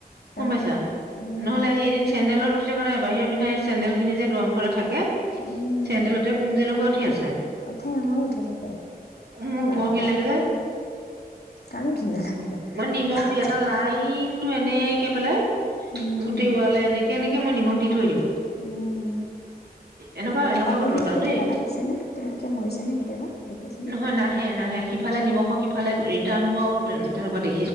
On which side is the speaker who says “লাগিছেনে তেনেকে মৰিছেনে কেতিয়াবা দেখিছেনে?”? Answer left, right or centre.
Left